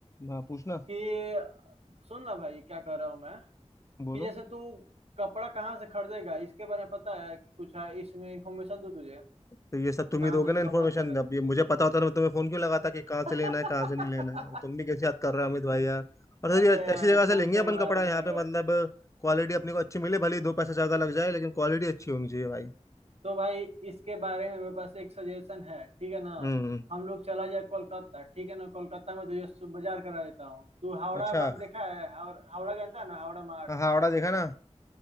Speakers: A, on the left; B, on the right.
A: हाँ पूछना
B: कि सुन ना भाई क्या कह रहा हूँ मैं
A: बोलो
B: कि जैसे तू कपड़ा कहाँ से खरीदेगा इसके बारे में पता है कि कुछ है इसमें इंफॉर्मेशन दो तुझे
A: तो ये सब तुम
B: कहाँ
A: ही दोगे
B: से
A: ना
B: तू
A: इन्फॉर्मेशन
B: कपड़ा खरीदेगा
A: अब ये मुझे पता होता ना मैं तुम्हें फोन क्यों लगाता कि कहाँ
B: <laughs>
A: से लेना है कहाँ से नहीं लेना है तुम भी कैसे याद कर रहे हो अमित भाई यार और सर
B: अरे
A: ये
B: यार,
A: ऐसी जगह से
B: सही
A: लेंगे
B: सही
A: अपन
B: बात
A: कपड़ा
B: है सही
A: यहाँ पे
B: बात
A: मतलब क्वालिटी अपने को अच्छी मिले भले ही दो पैसा ज्यादा लग जाए लेकिन क्वालिटी अच्छी होनी चाहिए भाई
B: तो भाई इसके बारे में मेरे पास एक सजेशन है ठीक है ना
A: हम्म
B: हम लोग चला जाए कोलकाता ठीक है ना कोलकाता में तुझे सु- बाजार करा देता हूँ तू हावड़ा
A: अच्छा
B: मार्ट देखा है हाव- हावड़ा जानता है ना हावड़ा मार्ट
A: हाँ हाँ, हावड़ा देखा ना